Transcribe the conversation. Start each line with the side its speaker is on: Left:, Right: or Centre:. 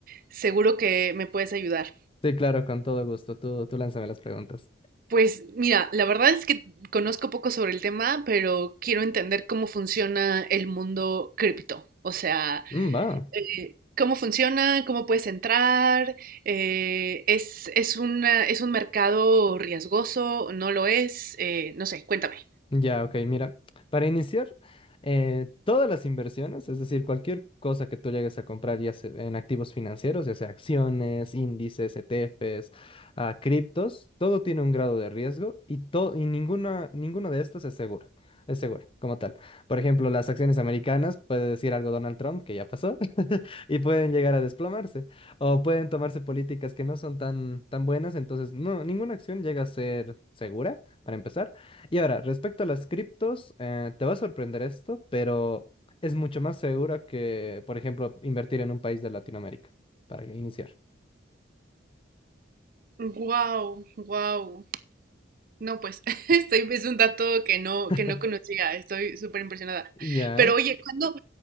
Right: seguro que me puedes ayudar.
Left: Sí, claro, con todo gusto. Tú, tú lánzame las preguntas.
Right: Pues mira, la verdad es que conozco poco sobre el tema, pero quiero entender cómo funciona el mundo cripto. O sea,
Left: Mm, va.
Right: eh, cómo funciona, cómo puedes entrar, eh, es, es una, es un mercado riesgoso, no lo es, eh, no sé, cuéntame.
Left: Ya, ok, mira, para iniciar, eh, todas las inversiones, es decir, cualquier cosa que tú llegues a comprar ya sea en activos financieros, ya sea acciones, índices, ETFs, ah, criptos, todo tiene un grado de riesgo y, to- y ninguna, ninguno de estos es seguro, es seguro como tal. Por ejemplo, las acciones americanas, puede decir algo Donald Trump, que ya pasó, <laughs> y pueden llegar a desplomarse, o pueden tomarse políticas que no son tan, tan buenas, entonces no, ninguna acción llega a ser segura, para empezar. Y ahora, respecto a las criptos, eh, te va a sorprender esto, pero es mucho más segura que, por ejemplo, invertir en un país de Latinoamérica, para iniciar.
Right: Wow, wow. No, pues <laughs> este es un dato que no,
Left: <laughs>
Right: que no conocía, estoy súper impresionada.
Left: Ya.
Right: Pero oye, ¿cuándo,